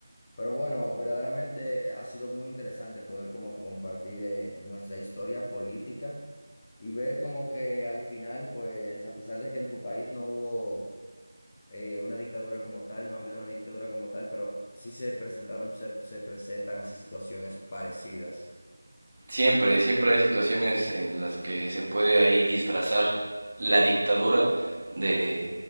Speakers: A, on the left; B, on the right.
A: Pero bueno, verdaderamente eh, ha sido muy interesante el poder como compartir eh, nuestra historia política y ver como que al final, pues a pesar de que en tu país no hubo eh, una dictadura como tal, no ha habido una dictadura como tal, pero sí se presentaron, se, se presentan así situaciones parecidas.
B: Siempre, siempre hay situaciones en las que se puede ahí disfrazar la dictadura de,